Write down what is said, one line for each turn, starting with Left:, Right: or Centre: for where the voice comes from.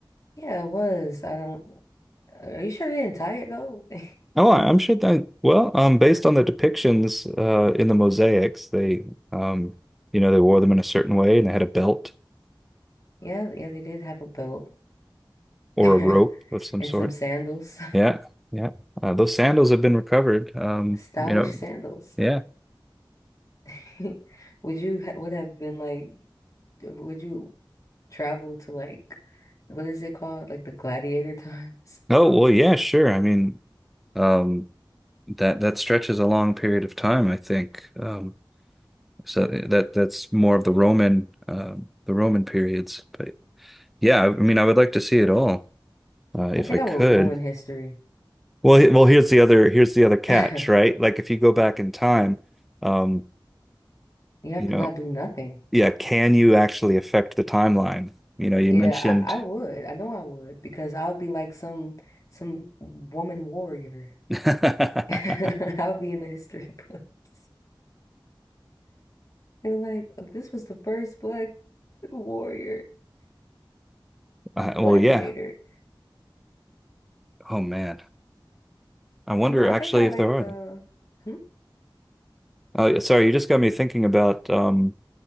Left: Yeah, it was. I don't. Are you sure they didn't tie it though? <laughs>
Centre: Oh, I- I'm sure that, well, um, based on the depictions uh in the mosaics, they um, you know, they wore them in a certain way and they had a belt
Left: Yeah, yeah, they did have a belt
Centre: or
Left: <laughs>
Centre: a rope of some
Left: and
Centre: sort.
Left: some sandals,
Centre: Yeah. Yeah. Uh, those sandals have been recovered. Um,
Left: <laughs> stylish
Centre: you know,
Left: sandals.
Centre: yeah.
Left: <laughs> Would you ha would have been like, would you travel to like, what is it called? Like the gladiator <laughs> times?
Centre: Oh, well, yeah, sure. I mean, um, that that stretches a long period of time, I think. Um, so that that's more of the Roman um, the Roman periods. But yeah, I mean, I would like to see it all uh, if
Left: I think
Centre: I could.
Left: I would ruin history.
Centre: Well, he- well, here's the other here's the other catch,
Left: <laughs>
Centre: right? Like if you go back in time, um,
Left: You have
Centre: you
Left: to
Centre: know,
Left: not do nothing.
Centre: yeah, can you actually affect the timeline? You know, you
Left: Yeah,
Centre: mentioned,
Left: I, I would. I know I would because I'll be like some some woman warrior.
Centre: <laughs> uh,
Left: <laughs> I'll be in the history <laughs> books. They're like, "Oh, this was the first black warrior,
Centre: well,
Left: gladiator.
Centre: yeah. Oh man, I wonder
Left: You know, I
Centre: actually
Left: think I like
Centre: if there are.
Left: the, hmm?
Centre: Oh, sorry, you just got me thinking about um,